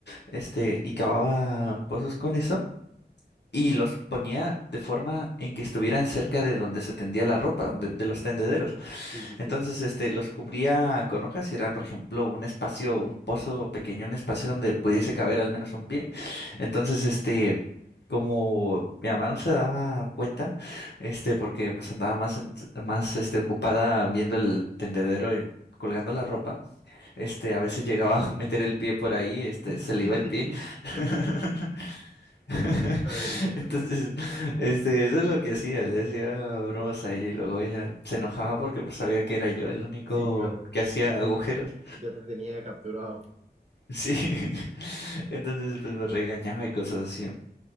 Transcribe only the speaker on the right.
sí, sí, sí.
<laughs>
Ay,
no.
Sí, claro,
ya te tenía capturado.